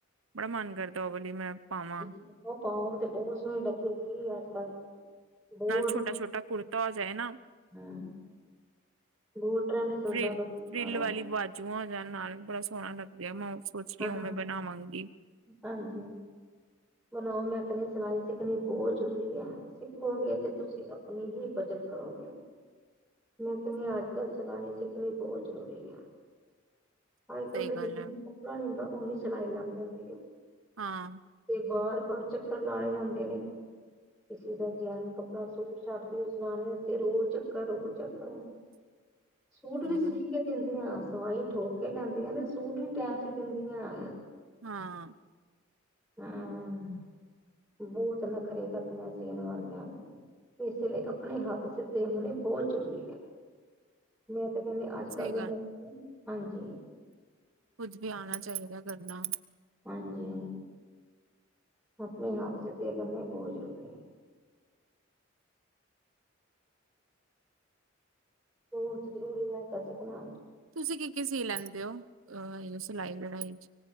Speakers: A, on the right (about 90°); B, in the centre.
A: ਬੜਾ ਮਨ ਕਰਦਾ ਉਹ ਵਾਲੀ ਮੈਂ ਪਾਵਾਂ
B: ਇਕ ਔ ਪਾਓ, ਤੇ ਬਹੁਤ ਸੋਹਣੀ ਲੱਗੇਗੀ ਅੱਜ ਕੱਲ ਬਹੁਤ
A: ਛੋਟਾ-ਛੋਟਾ ਕੁਰਤਾ ਹੋ ਜਾਏ ਨਾ,
B: ਹੂੰ ਬਹੁਤ ਟਰੈਂਡ ਚੱਲਦਾ
A: ਫ੍ਰਿਲ,
B: ਪਿਆ ਸੂਟਾਂ
A: ਫ਼੍ਰਿਲ
B: ਦਾ।
A: ਵਾਲੀ ਬਾਜੂ ਜੂਆਂ ਜਾਣ ਨਾਲ, ਬੜਾ ਸੋਹਣਾ ਲੱਗਦੀ ਆ ਮੂੰਹ। ਸੋਚ ਰਹੀ
B: ਹਾਂਜੀ।
A: ਹੂ ਮੈਂ ਬਣਾਵਾਂਗੀ।
B: ਹਾਂਜੀ, ਬਣਾਓ ਮੈਂ ਕਹਿਣੀ ਆ ਸਲਾਈ ਸਿੱਖਣੀ ਬਹੁਤ ਜ਼ਰੂਰੀ ਐ। ਸਿੱਖੋਗੇ ਤੇ ਤੁਸੀਂ ਆਪਣੀ ਹੀ ਬਚਤ ਕਰੋਗੇ। ਮੈਂ ਕਹਿਣੀ ਆਂ ਅੱਜ ਕੱਲ੍ਹ ਸਿਲਾਈ ਸਿੱਖਣੀ ਬਹੁਤ ਜ਼ਰੂਰੀ ਹੈ। ਅਜ ਕੱਲ
A: ਸਹੀ
B: ਦਾ
A: ਗੱਲ
B: ਜਿੰ
A: ਹੈ
B: ਕਪੜਾ ਨੀ ਹੁੰਦਾ ਓਨੀ ਸਿਲਾਈ ਲੱਗ ਜਾਂਦੀ ਆ
A: ਹਾਂ।
B: ਬਾਰ ਬਾਰ ਚੱਕਰ ਲਾਏ ਜਾਂਦੇ ਨੇ। ਕਿਸੇ ਦਾ ਕਿਆਨ ਕੱਪੜਾ ਸੂਟ ਸਾਟ ਤੁਸੀ ਸਵਾਣੇ ਤੇ ਰੋਜ਼ ਚੱਕਰ, ਰੋਜ਼ ਚੱਕਰ ਸੂਟ
A: ਸਹੀ
B: ਵੀ
A: ਗੱਲ
B: ਸੀ ਕੇ ਦਿੰਦੀ ਆ। ਸਵਾਈ ਠੋਕ ਕੇ ਲੈਂਦੀਆਂ, ਤੇ ਸੂਟ ਵੀ ਟਾਈਮ ਸੀ ਦਿੰਦੀਆਂ।
A: ਹਾਂ
B: ਅਹ ਬੋਤ ਨਖਰੇ ਕਰਦੀਆਂ ਸੀਨ ਵਾਲੀਆਂ ਵੀ। ਇਸ ਲਈ ਆਪਣੇ ਹੱਥ ਸਿੱਧੇ ਹੋਨੇ ਬੋਤ ਜ਼ਰੂਰੀ ਏ। ਮੈਂ ਤੇ ਕਹਿੰਦੇ ਅੱਜ
A: ਸਹੀ
B: ਕੱਲ ਦੇ ਮੌ ਹਾਂਜੀ
A: ਕੁੱਝ ਵੀ ਆਣਾ ਚਾਹੀਦੈ ਕਰਨਾ।
B: ਹਾਂਜੀ, ਆਪਣੇ ਹੱਥ <unintelligible> ਬਹੁਤ ਜ਼ਰੂਰੀ ਏ। ਬਹੁਤ ਜ਼ਰੂਰੀ ਆ ਕਾਸੇ ਬਣਾ
A: ਤੁਸੀ ਕੀ-ਕੀ ਸੀ ਲੈਂਦੇ ਔ? ਅ ਇਹ ਜੋ ਸਲਾਈ-ਵਡਾਈ ਚ